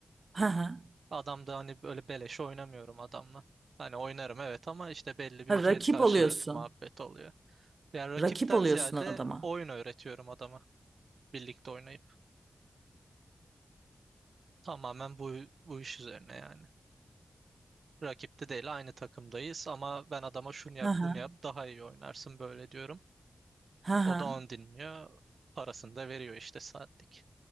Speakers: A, on the right; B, on the right.
A: Hı hı.
B: adam da hani böyle beleşe oynamıyorum adamla. Hani oynarım evet ama işte belli bir
A: Ha,
B: ücret
A: rakip
B: karşılığı
A: oluyorsun.
B: muhabbet oluyor. Yani rakipten
A: Rakip oluyorsun
B: ziyade
A: adama.
B: oyun öğretiyorum adama birlikte oynayıp. Tamamen bu, bu iş üzerine yani. Rakipte değil aynı takımdayız ama ben adama şunu yap
A: Hı hı.
B: bunu yap daha iyi oynarsın böyle diyorum.
A: Hı hı.
B: O da onu dinliyor. Parasını da veriyor işte saatlik.